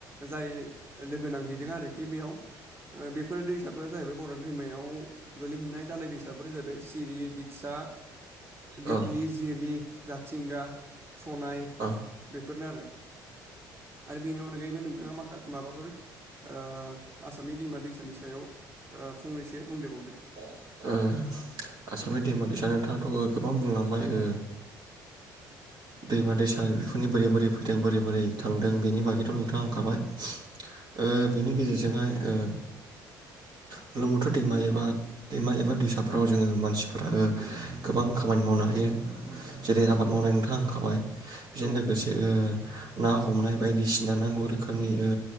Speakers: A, on the right (about 25°); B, on the right (about 50°).
A: जाय लोगो नांहैदों आरो खि बेयाव बेफोर दैसाफोरा जाहैबाय बराग दैमायाव गोलैहैनाय दाालाय दैसाफोर जाहैबाय सिरि दिगसा दिकलि
B: औ
A: जिरि जाथिंगा सनाय
B: औ
A: बे फोरनो आरो बेनि अनगायैबो नोंथाङा माख माबाफोर ओ ओ आसामनि दैमा दैसानि सायाव फंनैसो बुंदेरबावदो
B: ओ आसामनि दैमा दैसा नोंथाङाथ' गोबां बुंलांबाय ओ दैमा दैसा बेफोरनि बोरै बोरै फैदों बोरै बोरै थांदों बेनि बागैथ' नोंथाङा होनांखाबाय ओ बेनि गेजेरजोंहाय ओ बुलुरलुमबुथुर दैमा एबा दैमा एबा दैसाफ्राव जोङो मानसिफोर गोबां खामानि मावनो हायो जेरै आबाद मावनाय नोंथाङ हांखाबाय बेजों
A: औ
B: लोगोसे ओ ना हमनाय बायदिसिना नांगौ रोखोमनि ओ